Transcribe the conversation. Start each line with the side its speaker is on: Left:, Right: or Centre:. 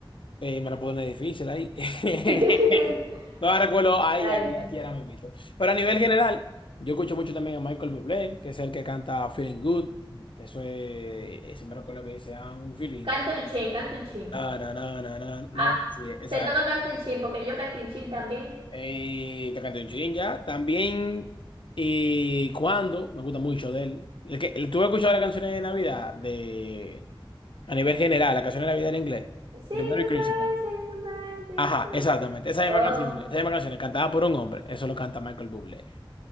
Left: eh, me la pone difícil ahí. <laughs>
Right: <laughs>
Left: No la recuerdo ahí,
Right: Ay,
Left: ahí, aquí ahora mismo. Pero a nivel general, yo escucho mucho también a Michael Bublé, que es el que canta Feeling Good. Eso es, si me recuerdo que dice, I'm feeling.
Right: canto un chin, canto un chin.
Left: Na, na, na, na, na, na.
Right: Ah,
Left: Sí, esa
Right: te toca canto un chin, porque yo canto un chin también.
Left: Eh, Takashi Miike ya. También, y cuando, me gusta mucho de él. El que, el- ¿tú has escuchado las canciones de Navidad de, a nivel general, la canción de Navidad en inglés?
Right: Sing
Left: De Merry
Right: goodbye,
Left: Christmas.
Right: sing goodbye, sing
Left: Ajá,
Right: goodbye.
Left: exactamente. Esa misma
Right: Oh,
Left: canción, esa misma canción, cantada por un hombre. Eso lo canta Michael Bublé.